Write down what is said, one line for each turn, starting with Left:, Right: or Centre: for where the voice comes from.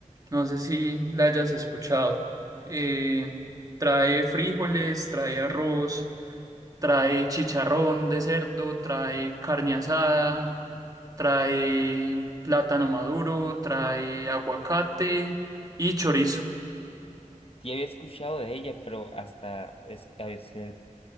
Right: No sé si la hayas escuchado. Eh, trae frijoles, trae arroz, trae chicharrón de cerdo, trae carne asada, trae plátano maduro, trae aguacate y chorizo.
Left: Sí había escuchado de ella, pero hasta es, a veces